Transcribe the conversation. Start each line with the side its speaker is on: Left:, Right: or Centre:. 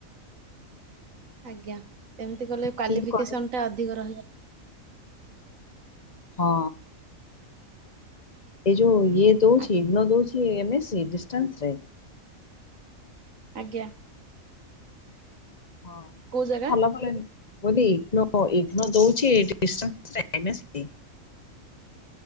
Right: ଆଜ୍ଞା ଏମିତି କଲେ କ୍ୱାଲିଫିକେସନ
Left: ଠିକ୍ କରେ
Right: ଟା ଅଧିକ ରହିବ।
Left: ହଁ ଏ ଯୋଉ ଦଉଚି
Right: ଆଜ୍ଞା।
Left: ନ ଦଉଚି କିଏ ଏମ୍ ଏ ସି ଡିଷ୍ଟାନ୍ସରେ?
Right: ଆଜ୍ଞା।
Left: ହଁ
Right: କୋଉ ଜାଗା
Left: ଭଲ ଭଲେନି। କୋଉଠି ଇଗ୍ନୋ ଇଗ୍ନୋ ଦଉଛି ଡିଷ୍ଟାନ୍ସରେ ଏମ ଏ ସି?